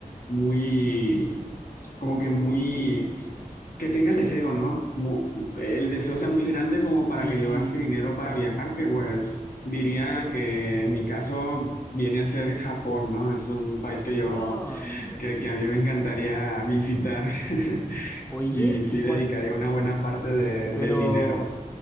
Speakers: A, on the left; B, on the left.
A: muy, como que muy... Que tenga el deseo, ¿no? Mu- El deseo sea muy grande como
B: Sí,
A: para que yo gaste dinero para viajar, que bueno, diría
B: pero...
A: que en mi caso viene a ser Japón, ¿no? Es un país que yo,
B: Ah, mira.
A: que, que a mí me encantaría visitar <laughs>
B: Oye,
A: y sí
B: y cua-
A: dedicaría
B: cu-
A: una buena parte de-
B: pero
A: del dinero.